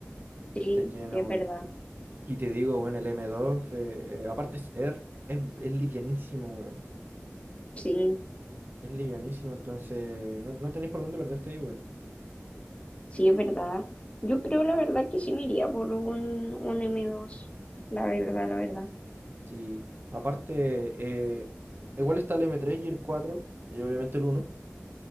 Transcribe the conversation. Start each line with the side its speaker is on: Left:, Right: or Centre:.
Left: Sí,
Right: de lleno,
Left: sí, es verdad.
Right: weón. Y te digo, weón, el m dos eh, eh, aparte es Air, es, es livianísimo, weón.
Left: Sí,
Right: Es livianísimo, entonces no, no tenéis por dónde perderte ahí, weón.
Left: sí, es verdad. Yo creo la verdad que sí me iría por un, un m dos, La verdad, la verdad.
Right: Sí, aparte, eh, igual está el m tres y el 4 y obviamente el uno